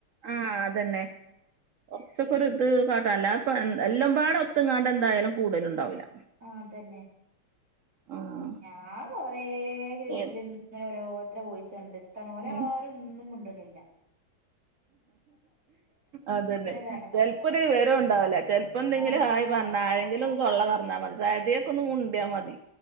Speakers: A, on the right; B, on the right.
A: ആ അതന്നെ കുറച്ചൊക്കെ ഒരു ഇത് കാട്ടല്ല അപ്പൊ എല്ലാം പാട് ഒത്ത ഇങ്ങാണ്ട് എന്തായാലും കൂടല്ഉണ്ടാവില്ല
B: ആഹ് അ തന്നെ
A: ആഹ്
B: ഞാ കൊറേ ഗ്രൂപ്പിൽ
A: ഏ
B: ഇങ്ങനെ ഓരോരുത്തര ഓയിസ് കണ്ട്ത്തണോല്
A: ഉം
B: ആരും ഒന്നും മിണ്ടണില്ല
A: അതന്നെ
B: കാരണം
A: ചെലപ്പോ
B: പറക്ക
A: ഒരു വിവരോം ഉണ്ടാവില്ല ചെലപ്പോ എന്തെങ്കിലും
B: ആഹ്
A: ഹായി പറഞ്ഞാല് എങ്കില് ഒന്ന് തൊള്ള തുറന്നാൽ മതി സ യി ദിയയൊക്കെ ഒന്ന് മുണ്ടിയാൽ മതി